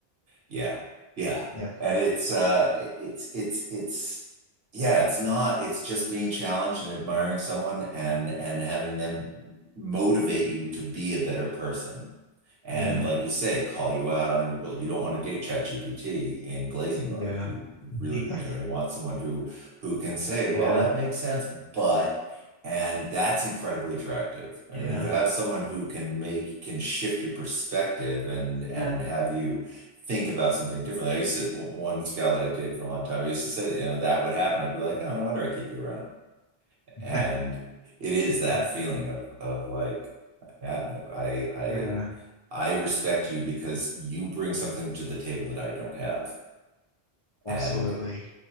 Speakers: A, on the right (about 70°); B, on the left (about 35°).
A: yeah. Yeah.
B: Yeah,
A: And it's uh it's it's it's yeah, it's not it's just being challenged and admiring someone and and having them motivate you to be a better person. And
B: yeah,
A: like you say, call you out on your bull. You don't want to date ChatGPT in glazing mode.
B: yeah,
A: You really,
B: <laughs>
A: you know, you want someone who who can say, well,
B: yeah,
A: that makes sense, but and that's incredibly attractive. I
B: yeah,
A: mean, when you have someone who can make can shift your perspective and and
B: yeah,
A: have you think about something differently. I used to, one gal that I dated for a long time, I used to say, that, you know, that would happen. I'd be like, oh, no wonder I keep you around.
B: <laughs>
A: And it is that
B: yeah,
A: feeling of, of like, yeah, I, I,
B: yeah,
A: I respect you because you bring something to the table that I don't have.
B: absolutely.
A: And,